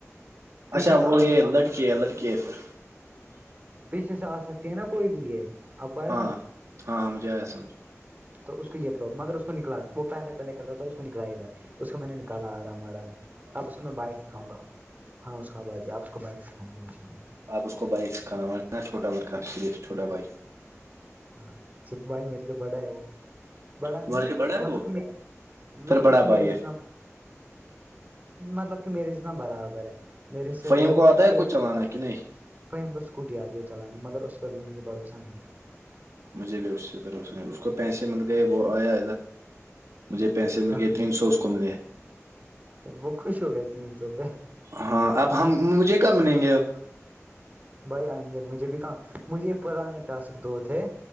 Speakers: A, on the right (about 30°); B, on the right (about 70°).
A: پیچھے
B: اچھا
A: سے
B: وہ
A: آ
B: یہ لٹکی ہے لٹکی ہے پھر
A: پیچھے سے آ سکتی ہے نا کوئی بھی یہ آپ کو آیا
B: ہاں
A: سمجھ
B: ہاں ہاں مجھے آیا سمجھ
A: تو اس کو یہ پرابلم اگر اس کو نکلا وہ پہلے پہلے کرتا تھا اس کو نکلا ڈا اس کو میں نے نکالا آرام آرام سے اب اس کو میں بائک سکھاؤ گا ہاں اس بع یہ آپ اس کو بائک سکھائیں گے ان شاءلہ
B: آپ اس کو بائک سےھاناا چوا باں چھوٹا بائک
A: ہاںچ چھپ بھائی میرے سے بڑا ہے وہ بڑا نہیں
B: تمہارے
A: ہے
B: سے بڑا
A: مطلب
B: وہ
A: کہ
B: پھر
A: مطلب
B: بڑا
A: کہ
B: بھائی
A: میرے جتنا
B: ہے
A: مطلب کہ میرے جتنا برابر ہے میرے سے
B: فہیم
A: وہ
B: کو آتا ہے
A: ایک
B: کچھ چلانا
A: وہائی
B: کہ نہیں
A: ہم کو اسکوٹی آ جی ہے چلانی مگر اس پر بھی مجھے بھروسہ نہیں ہے
B: مجھے بھی اس سے بھروسنے اس کو پیسے مطل کے وہ آیا مجھے پیسے مل
A: آہ،
B: گئے تین سو اس کو ملے
A: وہ خوش ہو گئے تین سو پہ
B: ہاں اب ہم مجھے کب ملیں گے اب
A: بھائی آئیں گے مجھے بھی کہاں مجھے پرانے ٹاسک دو تھے